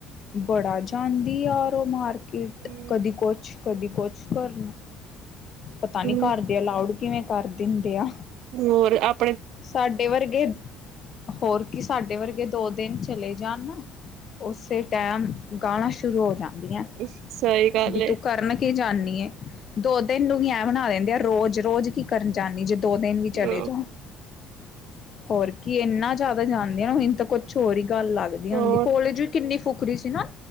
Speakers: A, on the left; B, on the right.
A: ਬੜਾ ਜਾਂਦੀ ਆ ਯਾਰ ਮਾਰਕੀਟ,
B: ਹੂੰ।
A: ਕਦੀ ਕੁਛ ਕਦੀ ਕੁਛ ਕਰਨਾ, ਪਤਾ ਨੀ
B: ਹੂੰ
A: ਘਰਦੇ ਅਲਾਊਡ ਕਿਵੇਂ ਕਰ ਦਿੰਦੇ ਆ।
B: ਹੋਰ ਆਪ
A: ਸਾਡੇ ਵਰਗੇ ਹੋਰ ਕੀ ਸਾਡੇ ਵਰਗੇ ਦੋ ਦਿਨ ਚਲੇ ਜਾਣ ਨਾ, ਉਸੇ ਟਾਈਮ ਗਾਲਾਂ ਸ਼ੁਰੂ ਹੋ ਜਾਣ।
B: ਸਹੀ ਗੱਲ
A: ਵੀ
B: ਏ।
A: ਤੂੰ ਕਰਨ ਕੀ ਜਾਂਨੀ ਦੋ ਦਿਨ ਨੂੰ ਵੀ ਐ ਬਣਾ ਦਿੰਦੇ ਆ, ਰੋਜ਼- ਰੋਜ਼ ਕੀ ਕਰਨ ਜਾਂਦੀ ਜੇ ਦੋ ਦਿਨ ਵੀ ਚਲੇ
B: ਹਾਂ
A: ਜਾਓ। ਹੋਰ ਕੀ ਇੰਨਾ ਜ਼ਿਆਦਾ ਜਾਣਦੇ ਆ, ਨਾ ਮੈਨੂੰ ਤਾਂ ਕੁਛ ਹੋਰ ਈ ਗੱਲ ਲੱਗਦੀ
B: ਹੋਰ
A: ਹੁੰਦੀ, ਕੋਲਜ ਵੀ ਕਿੰਨੀ ਫੁਕਰੀ ਸੀ ਨਾ